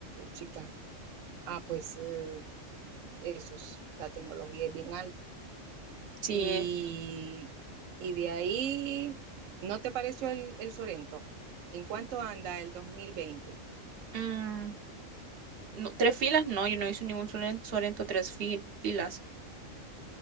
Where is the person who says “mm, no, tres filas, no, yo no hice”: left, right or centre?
Right